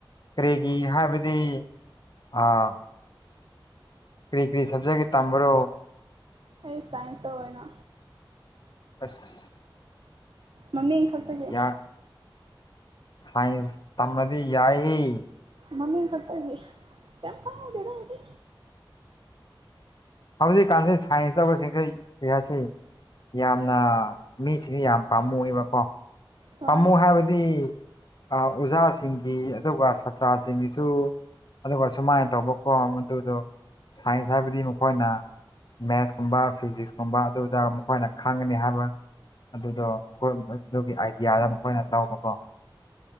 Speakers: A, on the left; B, on the right.
A: ꯀꯔꯤꯒꯤ ꯍꯥꯏꯕꯗꯤ ꯑꯥ ꯀꯔꯤ ꯀꯔꯤ ꯁꯕꯖꯦꯛꯀꯤ ꯇꯝꯕ꯭ꯔꯣ
B: ꯑꯩ ꯁꯥꯏꯟꯁꯇ ꯑꯣꯏꯅ
A: ꯑꯁ
B: ꯃꯃꯤꯡ ꯈꯛꯇꯒꯤ
A: ꯌꯥ ꯁꯥꯏꯟꯁ ꯇꯝꯕꯗꯤ ꯌꯥꯏ
B: ꯃꯃꯤꯡ ꯈꯛꯇꯒꯤ ꯀꯝ ꯐꯥꯎꯗ‌ꯦꯗ ꯑꯩꯗꯤ
A: ꯍꯧꯖꯤꯛꯀꯥꯟꯁꯤ ꯁꯥꯏꯟꯁ ꯇꯧꯕꯁꯤꯡꯁ‌ꯦ ꯌꯥꯁꯤ ꯌꯥꯝꯅ ꯃꯤꯁꯤꯗꯤ ꯌꯥꯝ ꯄꯥꯝꯃꯨ ꯏꯕꯀꯣ
B: ꯍꯣꯏ
A: ꯄꯥꯝꯃꯨ ꯍꯥꯏꯕꯗꯤ ꯑꯣꯖꯥꯁꯤꯡꯒꯤ ꯑꯗꯨꯒ ꯁꯥꯇ꯭ꯔꯥꯁꯤꯡꯒꯤꯁꯨ ꯑꯗꯨꯒ ꯁꯨꯃꯥꯏꯅ ꯇꯧꯕꯀꯣ ꯃꯗꯨꯗꯣ ꯁꯥꯏꯟꯁ ꯍꯥꯏꯕꯗꯤ ꯃꯈꯣꯏꯅ ꯃꯦꯠꯁ ꯀꯨꯝꯕ ꯐꯤꯖꯤꯛꯁ ꯀꯨꯝꯕ ꯑꯗꯨꯗ ꯃꯈꯣꯏꯅ ꯈꯪꯒꯅꯤ ꯍꯥꯏꯕ ꯑꯗꯨꯗꯣ ꯃꯈꯣꯏ ꯑꯗꯨꯒꯤ ꯑꯥꯏꯗꯤꯌꯥꯗ ꯃꯈꯣꯏꯅ ꯂꯧꯕꯀꯣ